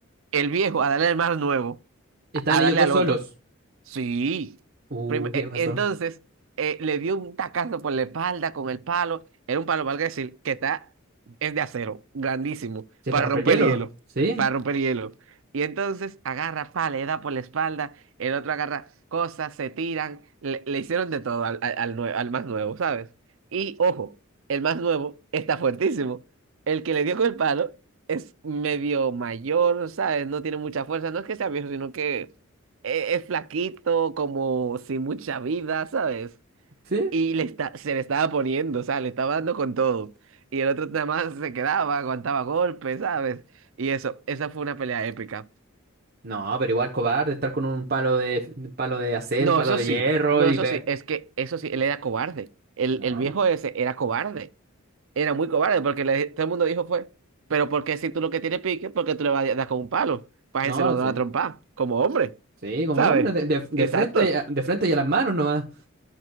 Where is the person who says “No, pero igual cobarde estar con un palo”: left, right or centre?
Right